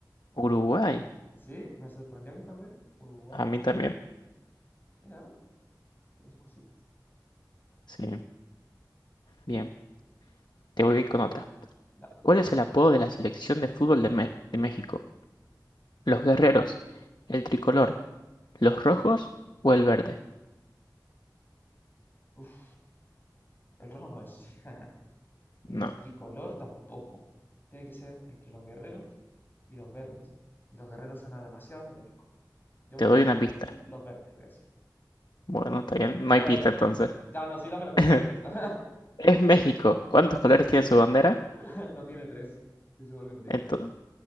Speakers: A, on the left; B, on the left.
A: Uruguay,
B: Sí, me sorprendió a mí también. Uruguay.
A: a mí también,
B: Mira, tiene sus cositas.
A: sí. Bien, te voy a ir con otra.
B: Dale.
A: ¿Cuál es el apodo de la selección de fútbol de, Me- de México? ¿Los guerreros, el tricolor, los rojos o el verde?
B: Uf, el rojo no es. <laughs> El
A: No,
B: tricolor tampoco. Tiene que ser entre los guerreros y los verdes. Y los guerreros suena demasiado genérico. Yo
A: te
B: voy
A: doy
B: a decirlo,
A: una pista.
B: los verdes, voy a decir.
A: Bueno, está bien, no hay
B: O
A: pista
B: ver, dame.
A: entonces.
B: No, no, no, sí, dame la pista,
A: <laughs>
B: dame la pista.
A: Es México. ¿Cuántos colores tiene su bandera?
B: <laughs> No tiene tres. Estoy seguro que no tiene
A: Entonces,
B: tres.